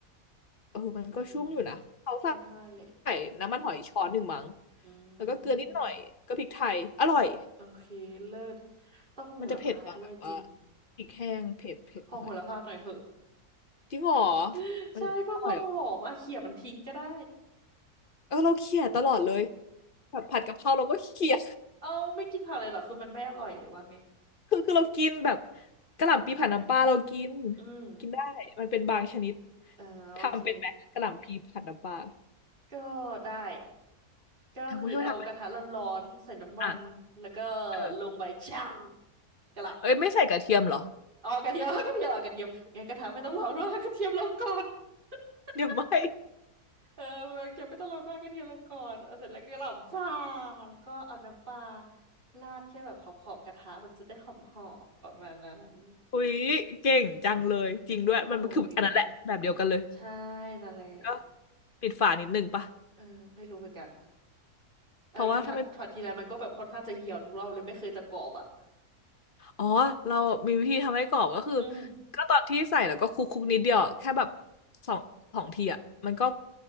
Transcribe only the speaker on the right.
อืมก็ได้เลย
อื
มโอเคเลิศต้องโหระพาด้วยจริง
ขอโหระพาหน่อยเหอะ
<laughs>
ใช่เพื่อความหอมอ่ะเขี่ยมันทิ้งก็ได้
เอาไม่กินผักเลยเหรอคือมันไม่อร่อยหรือว่าไง
อืม
อ่าโอเค
ก็ได้ก็คือเอากระทะร้อนๆใส่น้ำมันแล้วก็
ลงไปช่างกะหล่ำ
อ๋อกระเทียม <laughs> กระเทียมอ่ะกระเทียมงั้นกระทะไม่ต้องร้อนมาก <laughs> กระเทียมลงก่อน <laughs>
เออมันยังไม่ต้องลดมากกระเทียมลงก่อนเอาเสร็จแล้วก็หล่ำจ่าแล้วก็เอาน้ำปลาราดแค่แบบขอบขอบกระทะมันจะได้หอมหอมประมาณนั้น
โอ้ยใช่นั่นแหละ
เออไม่รู้เหมือนกัน เอาจริงๆผัดผัดทีไรมันก็แบบค่อนข้างจะเหี่ยวทุกรอบเลยไม่เคยจะกรอบอ่ะ
อืม